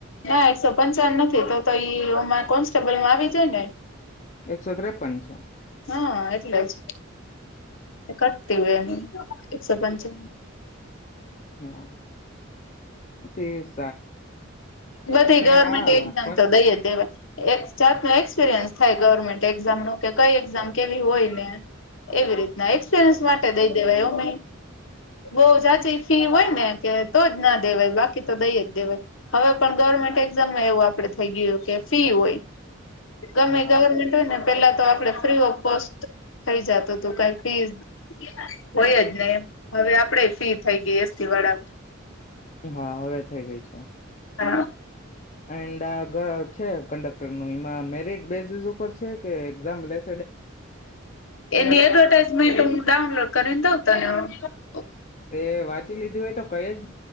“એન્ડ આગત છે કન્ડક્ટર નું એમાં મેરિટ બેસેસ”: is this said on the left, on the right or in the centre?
Left